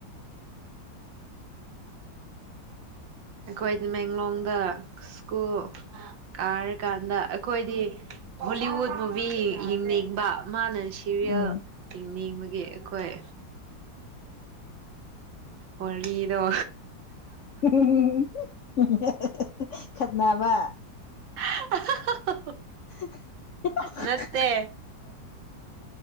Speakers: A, on the right; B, on the left.
A: ꯑꯩꯈꯣꯏꯗꯤ ꯃꯦꯡꯂꯣꯡꯗ ꯁ꯭ꯀꯨꯜ ꯀꯥꯔꯤꯀꯥꯟꯗ ꯑꯩꯈꯣꯏꯗꯤ ꯍꯣꯂꯤꯋꯨꯠ ꯃꯨꯚꯤ ꯌꯦꯡꯅꯤꯡꯕ ꯃꯥꯅ ꯁꯤꯔꯤꯌꯦꯜ
B: ꯎꯝ
A: ꯌꯦꯡꯅꯤꯡꯕꯒꯤ ꯒꯤ ꯑꯩꯈꯣꯏ ꯋꯥꯔꯤꯗꯣ
B: <unintelligible> ꯈꯠꯅꯥꯕ
A: <inaudible> <unintelligible>
B: <unintelligible>
A: ꯅꯠꯇꯦ